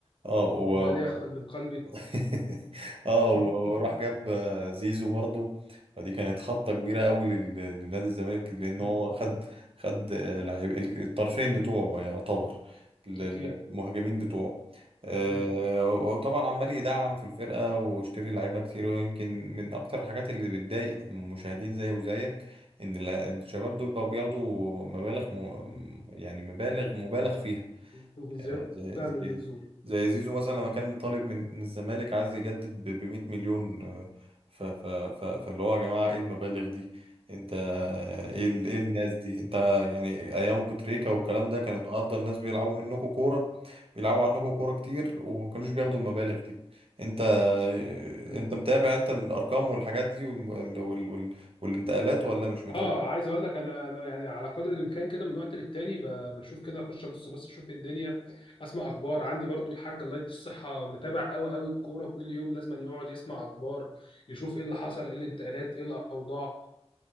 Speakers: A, on the right (about 55°); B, on the left (about 50°).
A: اه و-
B: وقال
A: آه.
B: يغفل من قلبي
A: <laughs> اه و-
B: <laughs>
A: وراح جاب آه، زيزو برضه فدي كانت خبطة كبيرة قوي لل- لنادي الزمالك لأن
B: مم.
A: هو خد خد آه، لعيب ال- الطرفين بتوعه يعني يعتبر ال- ال-
B: اكيد
A: المهاجمين بتوعه آه،
B: مم.
A: وطبعا عمال يدعم في الفرقة واشتري لعيبة كتير ويمكن من أكتر الحاجات اللي بتضايق المشاهدين زي وزيك إن ال- الشباب دول بقوا بياخدوا مبالغ م... يعني مبالغ مبالغ فيها
B: <laughs>
A: آه،
B: زياده
A: زي
B: عن
A: زي
B: اللزوم
A: زي زيزو مثلا لما كان طالب من من الزمالك عايز يجدد ب 100 مليون آه، ف ف ف فاللي هو يا جماعة ايه المبالغ دي انت آه، ايه ال- ايه الناس دي انت يعني ايام ابو تريكة والكلام ده كانت افضل ناس بيلعبوا منكم كورة بيلعبوا عنكم كورة كتير وما كانوش بياخدوا المبالغ دي انت آه،
B: مم.
A: انت متابع انت الارقام والحاجات دي والم- وال وال وال والانتقالات ولا مش
B: اه
A: متابع
B: عايز اقول لك انا انا يعني على قدر الامكان كده من وقت للتاني ب- بشوف كده اخش ابص بس اشوف ايه الدنيا اسمع اخبار عندي برضو الحاج الله يدي الصحه متابع قوي قوي الكوره كل يوم لازم يقعد يسمع اخبار يشوف ايه اللي حصل ايه الانتقالات ايه الاوضاع